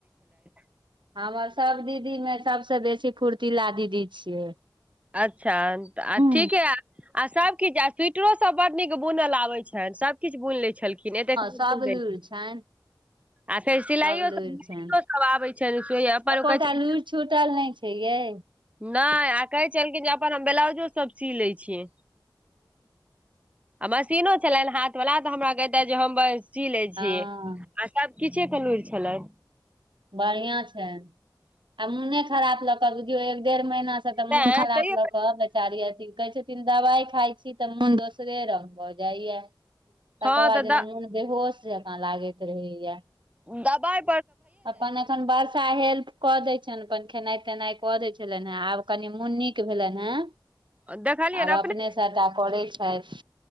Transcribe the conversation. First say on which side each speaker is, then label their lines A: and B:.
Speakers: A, on the right (about 15°); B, on the right (about 75°).
A: <inaudible>
B: हमर सभ दीदी मे सभ सँबेसी फुर्तीला दीदी छियै
A: अच्छा आ
B: हँ
A: ठिके आ आ सब किछ आ स्वेटरो सब बड नीक बुनल आबैइन छैन सब किछ बुन ले छै छलखिन अतै दिन
B: सभ लुरि छनि
A: आ ताई सिलाइयो
B: सभ लुरि
A: सब उम्म
B: छनि
A: सिलाइयो सबआबै छैन सिए पर
B: एकोटा
A: कही।
B: लुरि
A: <inaudible>
B: छूटल नहि छै यै
A: नय कहलखिन जै अपन ब्लाउजो सब सी लैइ छिए मसीनो छलैन हाथ बाला त हमरा कैहैथ जे हम सी लैइ
B: हँ
A: छिऐ सब किछै के लुइर छलैइन
B: बढ़िया छैन आ मूनै खराब लक बुझियौ एक डेढ़ महीना तऽ
A: तैं
B: मन खराब
A: तैयो
B: लऽ कऽ बेचारी अथी कहै छै दवाइ खाइ छि त मून दोसरे रंग भ जाइया तकर
A: हँ
B: बाद
A: तऽ
B: जना
A: द
B: मोन बेहोश जका लागैत रहैया
A: दबाई
B: अपन अखन वर्षा हेल्प क दैइ छैन अपन खेनाइ तैनाइ क दै छलैन या आब कनि मून निक भेलेन हा
A: देखलियै
B: आब
A: ने
B: अपने सबटा करैत छैथ